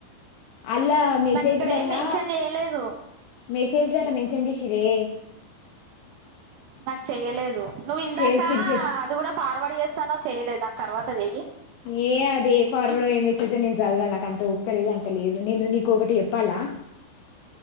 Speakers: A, on the left; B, on the right.
A: అల్ల మెసేజల్ల
B: నాకు ఇక్కడ ఏం మెన్షన్ చేయలేదు
A: మెస్ పేజీలాళ్ల మెన్షన్ చేసిర్రే
B: నాకు చెయ్యలేదు నువ్వు ఇందాక
A: చేసిరు చెప్
B: అది కూడా ఫార్వర్డ్ చేస్తాను చేయలేదు నాకు తర్వాత చెయ్
A: ఏ అదే ఫార్వర్డ్ ఏ మెసేజో నేను చదవాల నాకు అంత ఉక్కలేదు అంత లేదు నిన్నను నీకు ఒకటి చెప్పాలా